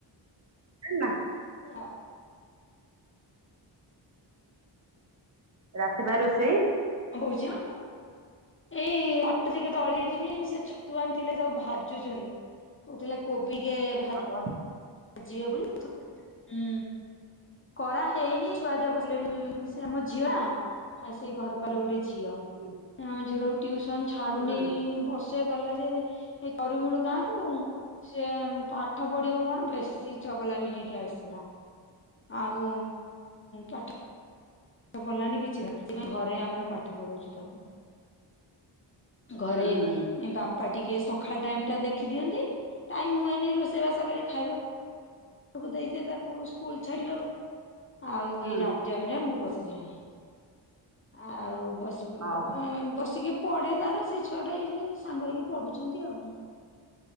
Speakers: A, on the right; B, on the left.
A: ହେ ନା।
B: ହଁ।
A: ରାତି ପାଇଁ ରୋଷେଇ?
B: କଣ କହୁଚ? ଏଇ ଅଟା ଟିକେ ଦଳି ଥିନି ସେ ଛତୁଆ ଆଣିଥିଲେ ତାକୁ ଭାଜୁଛନ୍ତି। କହୁଥିଲା କୋବିି କେ ଭାଜ
A: ଅଁଅ
B: ଯିବେ ବୋଲି ହୁଁ କରା ହେଇନି ଛୁଆଦିଆ ବସିଲେଣି ସେ ଆମ ଝିଅ ନା ଆଉ ସେ ଘର ପରେ ଗୋଟେ ଝିଅ,
A: ହୁଁ
B: ଆମ ଝିଅଟାକୁ ଟିଉସନ ଛାଡୁନି
A: ହୁଁ
B: ବ ସେ ଗଲା ଯେ ଏ <unintelligible> ଗାଁକୁ ସିଏ ପାଠ ପଢିବ କଣ ବେଶ ଚଗଲାମି ହେଇକି ଆସିଥିଲା। ଆଉ ପାଠ ପାଠ ପଢିଲାନି କିଛି ନାହିଁ। ସେଥିପାଇଁ ଘରେ ଆମର ପାଠ ପଢଉଛୁ ତାକୁ। ଘରେ
A: ହୁଁ ହୁଁ
B: ବାପା ବାପା ଟିକେ ସକାଳ ଟାଇମଟା ଦେଖି ଦିଅନ୍ତି ଟାଇମ୍ ହୁଏନି ରୋଷେଇବାସ କରି ଖାଇବା ତାକୁ ଦେଇଦିଏ ତାକୁ ସ୍କୁଲ ଛାଡିବାକୁ। ଆଉ
A: ହୁଁ।
B: ଏଇ ରାତି ଟାଇମରେ ମୁଁ ବସିଯାଏ। ଆଉ ବସ
A: ଓହୋ
B: ବସିକି ପଢ଼େ ତାର ସେ ଛୁଆଟା ଏଇ ଯୋଉ ସାଙ୍ଗ ହେଇକି ପଢୁଛନ୍ତି ଆଉ।